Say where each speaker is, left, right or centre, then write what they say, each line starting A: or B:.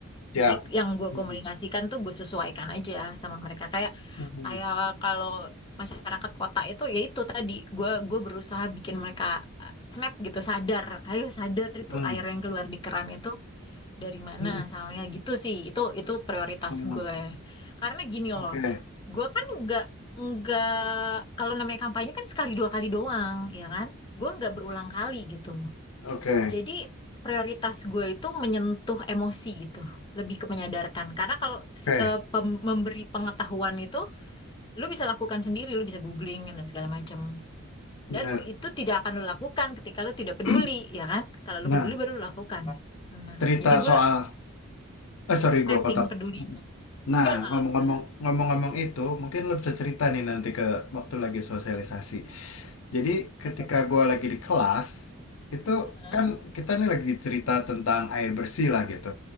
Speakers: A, on the left; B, on the left.
A: Siap.
B: Jadi yang gue
A: Mm-mm.
B: komunikasikan tuh gue sesuaikan aja sama mereka. Kayak
A: Mm-mm.
B: kayak kalau masyarakat kota itu ya itu tadi gue gue berusaha bikin mereka eh, snap gitu sadar. Ayo sadar itu
A: Mm-mm.
B: air yang keluar di keran itu dari mana
A: mm
B: asalnya gitu sih itu itu prioritas
A: Mm-mm.
B: gue karena gini
A: Oke,
B: loh gue kan nggak nggak kalau namanya kampanye kan sekali dua kali doang ya kan gue nggak berulang kali gitu
A: oke,
B: jadi prioritas gue itu menyentuh emosi gitu lebih ke menyadarkan karena kalau si-
A: oke,
B: eh, pem- memberi pengetahuan itu lu bisa lakukan sendiri lu bisa googling dan segala macam
A: benar.
B: dan itu tidak akan lu lakukan ketika lu tidak peduli
A: <clears throat>
B: ya kan kalau
A: Nah,
B: lu peduli baru lu lakukan Nah,
A: cerita
B: jadi gue
A: soal, eh sorry gua
B: napping
A: potong.
B: peduli. Enggak,
A: Nah,
B: enggak, enggak apa-apa.
A: ngomong-ngomong, ngomong-ngomong itu, mungkin lo bisa cerita nih nanti ke waktu lagi sosialisasi. Jadi ketika
B: Apa tuh?
A: gua lagi di kelas, itu
B: Hah?
A: kan kita nih lagi cerita tentang air bersih lah gitu.